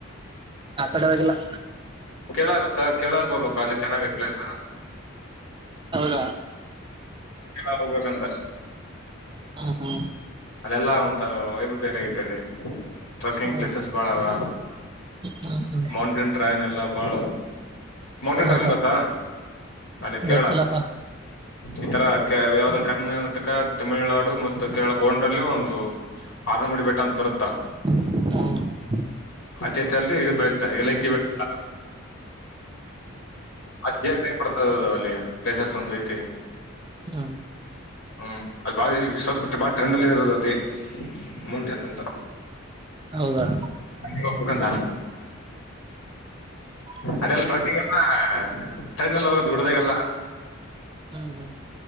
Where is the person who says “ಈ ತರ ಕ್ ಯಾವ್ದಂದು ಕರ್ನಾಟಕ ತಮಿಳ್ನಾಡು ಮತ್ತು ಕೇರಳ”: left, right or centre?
Left